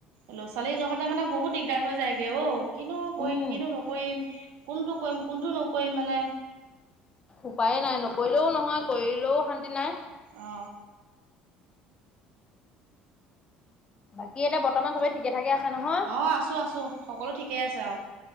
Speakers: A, on the right (about 75°); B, on the left (about 30°).
A: লৰা ছোৱালী জহতে মানে বহুত দিগদাৰ হৈ যায় গে অঔ কিনো কৰিম
B: উম।
A: কিনো নকৰিম কোনটো কৰিম। কোনটো নকৰিম মানে।
B: উপায়ে নাই নকৰিলেও নহয় কৰিলেও শান্তি নাই।
A: অ।
B: বাকী এটা বৰ্তমান সবেই ঠিকে। থাকে আছে নহয়
A: অ আছো আছো সকলো ঠিকেই আছে আও।